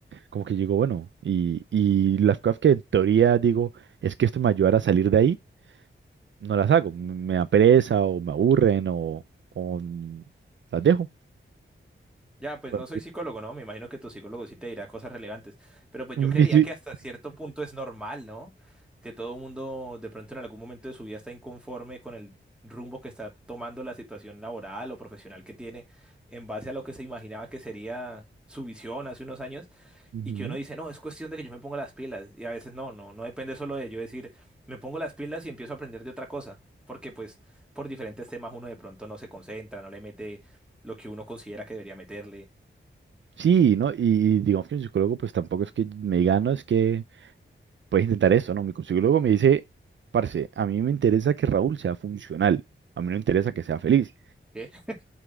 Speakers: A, on the right (about 65°); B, in the centre.
A: como que digo, bueno, y, y las cosas que en teoría digo, es que esto me ayudará a salir de ahí, no las hago, m- me da pereza o me aburren o, o n- las dejo.
B: Ya, pues
A: Por
B: no
A: ejemplo,
B: soy psicólogo, ¿no? Me imagino que tu psicólogo sí te dirá cosas relevantes, pero pues
A: mi
B: yo creería
A: psi-
B: que hasta cierto punto es normal, ¿no? Que todo mundo de pronto en algún momento de su vida está inconforme con el rumbo que está tomando la situación laboral o profesional que tiene en base a lo que se imaginaba que sería su visión hace unos años
A: Ujú.
B: y que uno dice, no, es cuestión de que yo me ponga las pilas y a veces no, no, no depende solo de yo decir, me pongo las pilas y empiezo a aprender de otra cosa, porque pues por diferentes temas uno de pronto no se concentra, no le mete lo que uno considera que debería meterle.
A: Sí, ¿no? Y, y digamos que mi psicólogo pues tampoco es que me diga, no, es que puedes intentar esto, ¿no? Mi psicólogo me dice, parce, a mí me interesa que Raúl sea funcional, a mí no me interesa que sea feliz.
B: ¿qué? <laughs>